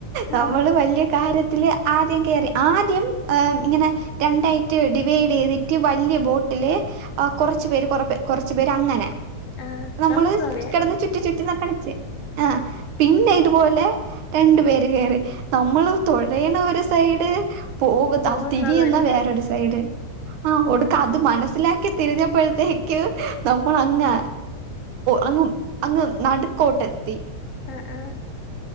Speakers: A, on the right; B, on the left.
A: നമ്മള്
B: ആഹ്
A: വലിയ കാര്യത്തി ട്ടില് ആദ്യം കേറി ആദ്യം ഇങ്ങനെ രണ്ടായിട്ട് ഡിവൈഡ് ചെയ്തിട്ട് വല്യ ബോട്ടില് കൊറച്ച് പേര് കൊറച്ച് പേര് അങ്ങനെ
B: ആഹ്
A: നമ്മള്
B: നമുക്കും അങ്ങനായിരുന്നു
A: കെടന്ന് ചുറ്റി ചു അ കളിച് ആ പിന്നെ ഇതുപോലെ രണ്ട് പേര് കേറി നമ്മള് തൊഴയണ ഒരു സൈഡ് പോക
B: പോകുന്നത്
A: അത് തിരിയുന്ന
B: ഒരു
A: വേറൊരു സൈഡ് ആ ഒടുക്ക അത് മനസ് സ്സിലാക്കി തിരിഞ്ഞപ്പോഴത്തേക്കും നമ്മൾ അങ് അങ് അങ്ങ് നടുക്കോട്ടെത്തി
B: ആ ആ